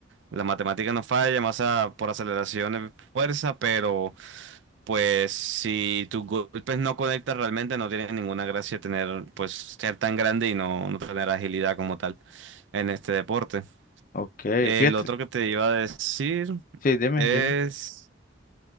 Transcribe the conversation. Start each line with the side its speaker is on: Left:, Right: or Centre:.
Right: la matemática no falla, masa por aceleración es fuerza, pero pues si tus golpes no conectan realmente, no tiene ninguna gracia tener, pues ser tan grande y no, no tener agilidad como tal en este deporte.
Left: ok.
Right: El
Left: Fíjate,
Right: otro que te iba a decir
Left: sí, dime,
Right: es
Left: dime.